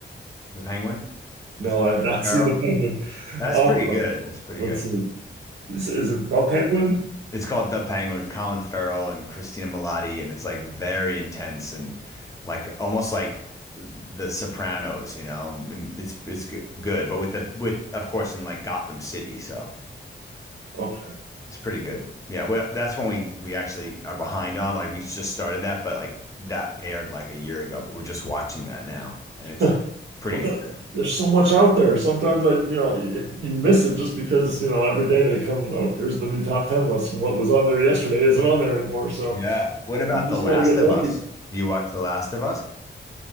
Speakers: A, on the left; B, on the right.
A: The Penguin
B: No,
A: with
B: I
A: Colin
B: have not
A: Farrell.
B: <laughs> seen the Penguin.
A: That's
B: Um,
A: pretty good. That's pretty
B: let's
A: good.
B: see. Is, is it the Penguin?
A: It's called The Penguin with Colin Farrell and Christina Milioti, and it's like very intense and like almost like The Sopranos. You know, And it's it's g- good, but with the with of course in like Gotham City, so
B: Okay.
A: it's pretty good. Yeah, well, that's when we we actually are behind on. Like we just started that, but like that aired like a year ago, but we're just watching that now, and
B: <laughs>
A: it's pretty
B: Well,
A: intense.
B: there, there's so much out there. Sometimes I, you know, you, you miss it just because, you know, every day they come, oh, here's the new top 10 list, and what was on there yesterday isn't on there anymore. So
A: Yeah. What about
B: you just
A: The Last
B: got to get
A: of
B: lucky.
A: Us? Do you watch The Last of Us?